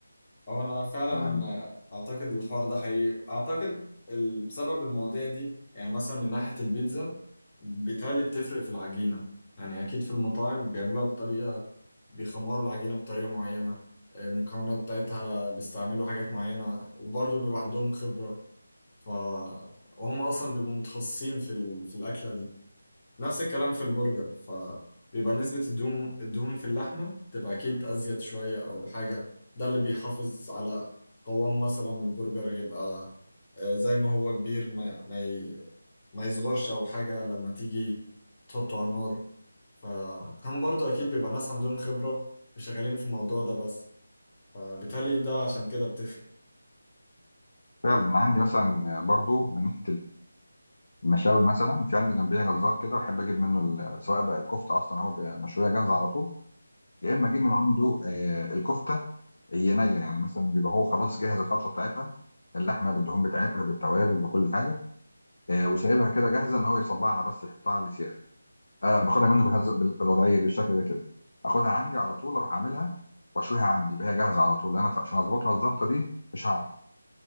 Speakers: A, on the left (about 35°); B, on the left (about 65°).
A: هو انا فعلا
B: ففعلا
A: اعتقد الحوار ده حقيقي اعتقد ال- بسبب المواضيع دي يعني مثلا من ناحية البيتزا بيتهيألي بتفرق في العجينة يعني اكيد في المطاعم بيعملوها بطريقة بيخمروا العجينة بطريقة معينة المكونات بتاعتها بيستعملوا حاجات معينة وبرضه بيبقى عندهم خبرة ف وهم اصلا بيبقوا متخصصين في ال... في الاكله دي نفس الكلام في البرجر ف بيبقى نسبة الدهون الدهون في اللحمة تبقى أكيد أزيد شوية أو حاجة ده اللي بيحافظ على قوام مثلا البرجر يبقى آه، زي ما هو كبير ما ما, ي... ما يصغرش أو حاجة لما تيجي تحطه على النار فهم برضو أكيد بيبقى ناس عندهم خبرة وشغالين في الموضوع ده بس فبالتالي ده عشان كده بتفرق
B: انا عندي مثلا برضو من ناحية المشاوي مثلا في عندي جنبية جزار كده بحب اجيب منه ال- سواء بقى الكفتة اصلا هو بيبقى مشوية جاهزة على طول يا اما اجيب من عنده آه، الكفتة هي نية يعني مثلا بيبقى هو خلاص جاهز الخلطة بتاعتها اللحمة بالدهون بتاعتها بالتوابل بكل حاجة آه، وسايبها كده جاهزة ان هو يصبعها بس يحطها على السيخ انا باخدها منه بهذا بال- بالوضعيه دي بالشكل ده كده اخدها عندي على طول اروح اعملها واشويها عندي بها جاهزه على طول انا عشان اظبطها الظبطه دي مش هعرف